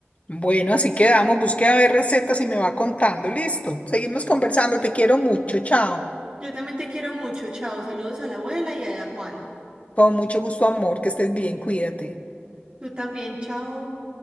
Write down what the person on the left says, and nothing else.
Bueno, así quedamos. Busque a ver recetas y me va contando. Listo. Seguimos conversando. Te quiero mucho. Chao.
Con mucho gusto, amor. Que estés bien. Cuídate.